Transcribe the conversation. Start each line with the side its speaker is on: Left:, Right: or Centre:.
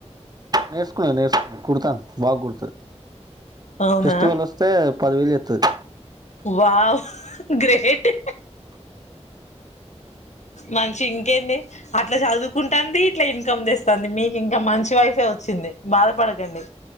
Right: నేర్చుకునే నేర్చుకు కుడతాంది బాగ గుడతది
Left: అవునా
Right: ఫెస్టివల్ వస్తే పదివేలు జేత్తది
Left: వావ్ గ్రేటే మంచి ఇంకేంది అట్లా చదువుకుంటంది ఇట్లా ఇన్కమ్ దెస్తాంది మీకు ఇంకా మంచి వైఫే వచ్చింది బాధపడకండి